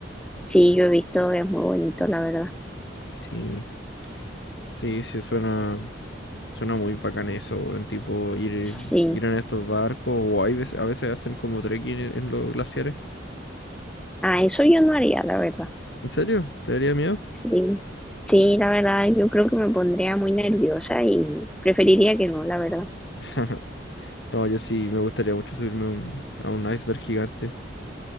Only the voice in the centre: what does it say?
Sí, yo he visto, es muy bonito, la verdad.
Sí,
ah, eso yo no haría, la verdad.
Sí, sí, la verdad, yo creo que me pondría muy nerviosa y preferiría que no, la verdad.